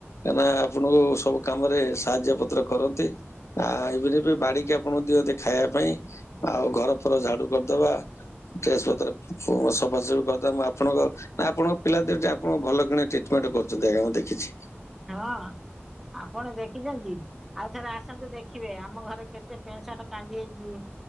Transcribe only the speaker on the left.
କାହିଁ ନା ଆପଣଙ୍କୁ ସବୁ କାମ ରେ ସାହାଯ୍ୟ ପତ୍ର କରନ୍ତି। ଆ ଏବେ ବି ବାଡିକି ଆପଣ ଦିଅନ୍ତି ଖାଇବା ପାଇଁ ଆଉ ଘର ଫର ଝାଡୁ କରିଦବା ଡ୍ରେସ୍ ପତ୍ର ସଫାସଫି କରିଦବା ମୁଁ ଆପଣଙ୍କ ନା ଆପଣଙ୍କ ପିଲା ଦେ ଆପଣଙ୍କୁ ଭଲକିନୀ ଟ୍ରିଟମେଣ୍ଟ କରୁଛନ୍ତି ଆଜ୍ଞାଁ ଦେଖିଛି।